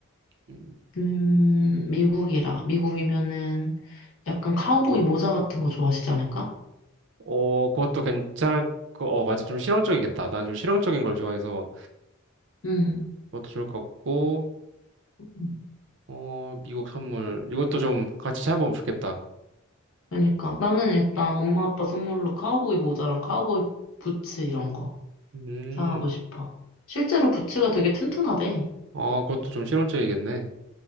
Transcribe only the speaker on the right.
음.
어, 그것도 괜찮을 거, 어, 맞아. 좀 실용적이겠다. 난 좀 실용적인 걸 좋아해서
그것도 좋을 것 같고,
어, 미국 선물. 이것도 좀 같이 찾아보면 좋겠다.
음,
어, 그것도 좀 실용적이겠네.